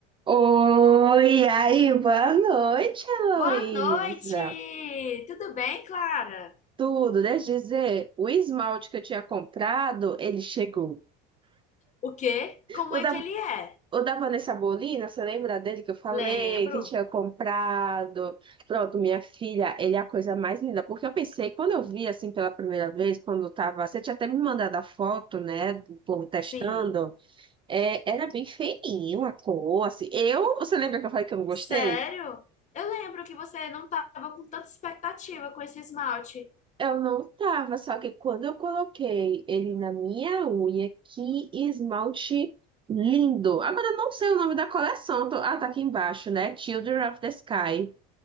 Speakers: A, on the right; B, on the left.
A: Oi, e aí, boa noite, Heloísa.
B: Boa noite! Tudo bem, Clara?
A: Tudo, deixa eu dizer, o esmalte que eu tinha comprado, ele chegou.
B: O quê? Como
A: O
B: é
A: da,
B: que ele é?
A: o da Vanessa Bolina, você lembra dele que eu falei,
B: Lembro.
A: que tinha comprado? Pronto, minha filha, ele é a coisa mais linda. Porque eu pensei, quando eu vi assim pela primeira vez, quando eu tava. Você tinha até me mandado a foto, né? Do povo testando.
B: Sim.
A: É, era bem feinho a cor, assim. Eu, você lembra que eu falei que eu não gostei?
B: Sério? Eu lembro que você não estava com tanta expectativa com esse esmalte.
A: Eu não tava, só que quando eu coloquei ele na minha unha, que esmalte lindo. Agora eu não sei o nome da coleção. tô- Ah, tá aqui embaixo, né? Children of the Sky.